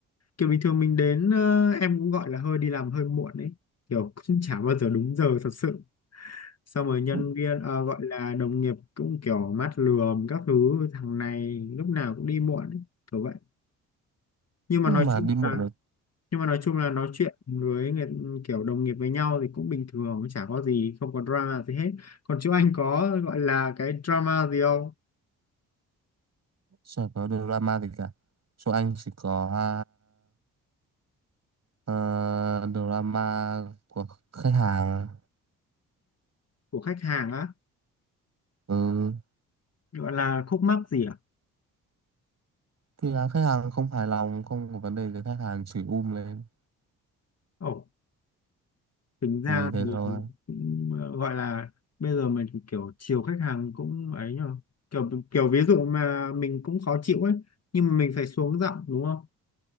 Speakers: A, on the left (about 40°); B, on the right (about 45°).
A: kiểu bình thường mình đến ờ, em cũng gọi là hơi đi làm hơi muộn ấy kiểu cũng chả bao giờ đúng giờ thật sự xong rồi nhân
B: Ừ.
A: viên ờ, gọi là đồng nghiệp cũng kiểu mắt lườm các thứ thằng này lúc nào cũng đi muộn ấy, kiểu vậy nhưng
B: nhưng
A: mà nói
B: mà
A: chung
B: đi muộn
A: là
B: rồi
A: nhưng mà nói chung là nói chuyện với người, kiểu đồng nghiệp với nhau thì cũng bình thường chả có gì không có drama gì hết còn chú anh có gọi là cái drama gì không
B: chả có drama gì cả chỗ anh chỉ có à, ờ, drama của khách hàng
A: của khách hàng á
B: ừ
A: gọi là khúc mắc gì à
B: thì là khách hàng không hài lòng không có vấn đề thì khách hàng chửi um lên
A: Ồ tính ra
B: thì thế
A: thì
B: thôi
A: cũng ờ, gọi là bây giờ mình kiểu chiều khách hàng cũng ấy nhờ kiểu kiểu ví dụ mà mình cũng khó chịu ấy nhưng mà mình phải xuống giọng đúng không